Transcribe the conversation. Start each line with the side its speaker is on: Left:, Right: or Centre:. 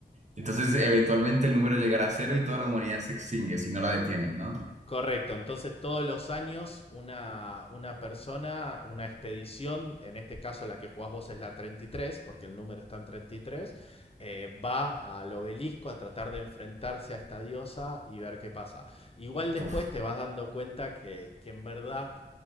Right: Entonces, eventualmente el número llegará a cero y toda la humanidad se extingue si no la detienen, ¿no?
Left: Correcto, entonces todos los años una, una persona, una expedición, en este caso la que jugás vos es la 33, porque el número está en 33, eh, va al obelisco a tratar de enfrentarse a esta diosa y ver qué pasa. Igual después
Right: Uf.
Left: te vas dando cuenta que, que en verdad